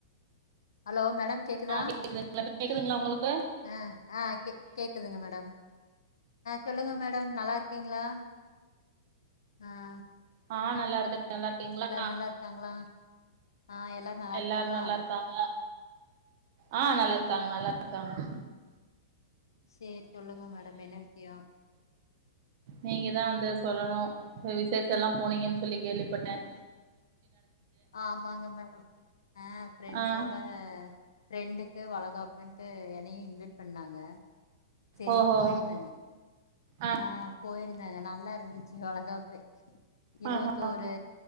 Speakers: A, on the left; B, on the right.
A: ஹலோ மேட் ஹலோ மேடம் கேக்குதா
B: ஆ கேக்குதுங்களா கேக்குதுங்களா உங்களுக்கு
A: ஹ ஹ கேக்குது மேடம் சொல்லுங்க மேடம் நல்லா இருக்கீங்களா ஆஹ்
B: ஆஹ் நல்லா இருக்க நல்லா இருக்கீங்களா
A: நல்லா இருக்காங்களா ஆ எல்லாரு நல்லா
B: எல்லாரும்
A: இருக்காங்களா
B: நல்லா இருக்காங்க ஆஹ் நல்லது காங்க நல்லாக்காங்க
A: சரி சொல்லுங்க மேடம் என்ன விக்யம்
B: நீங்கதான் வந்து சொல்லனும் விசேஷம் எல்லாம் போனீங்கன்னு சொல்லி கேள்விப்பட்டேன்
A: ஆமாங்க மேடம் ஆஹ ப்ரெண்டோட
B: ஆ
A: ப்ரெண்டுக்கு வழக்க அப்பின்ட்டு என்னையும் இன்வைட் பண்ணாங்க சேரின்
B: ஓஹோ
A: போயிருந்தேங்க
B: ஆ
A: ஆஹ் போயிருந்தாங்க நல்லா இருந்துச்சு வளகாப்பு இருவத்தோரு
B: ஆஹா